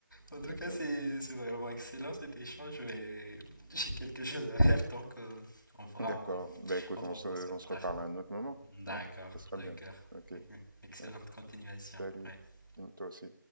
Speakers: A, on the left (about 80°); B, on the right (about 85°).
A: En tout
B: D'accord.
A: cas, c'est c'est vraiment excellent cet échange. Je vais- J'ai quelque chose à faire, donc euh, on pourra
B: D'accord.
A: en,
B: Ben écoute,
A: on pourra
B: on se
A: en poursuivre
B: on
A: plus
B: se
A: tard.
B: reparle à un autre moment,
A: D'accord,
B: hein? Ce sera
A: d'accord.
B: bien. OK.
A: Excellente
B: Ouais.
A: continuation.
B: Salut.
A: Ouais.
B: Mmh, toi aussi.